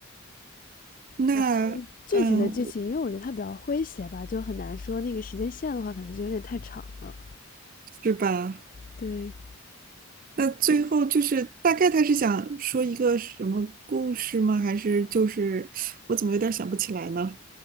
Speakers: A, on the right; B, on the left.
A: 那嗯，
B: 然后具体的剧情，因为我觉得它比较诙谐吧，就很难说那个时间线的话，可能就有点太长了。
A: 是吧？
B: 对，
A: 那最后就是大概他是想说一个什么故事吗？还是就是我怎么有点儿想不起来呢？